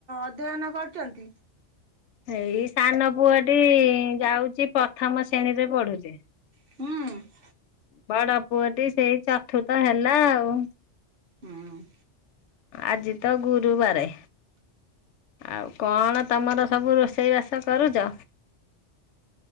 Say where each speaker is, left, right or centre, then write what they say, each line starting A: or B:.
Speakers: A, on the right; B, on the left.
A: ଅଧ୍ୟୟନ କରୁଛନ୍ତି।
B: ହେଇ ସାନ ପୁଅଟି ଯାଉଛି ପ୍ରଥମ ଶ୍ରେଣୀରେ ପଢ଼ୁଛି।
A: ହୁଁ।
B: ବଡ଼ ପୁଅଟି ସେଇ ଚତୁର୍ଥ ହେଲା ଆଉ।
A: ହୁଁ।
B: ଆଜି ତ ଗୁରୁବାରେ। ଆଉ କଣ ତମର ସବୁ ରୋଷେଇ ବାସ କରୁଚ?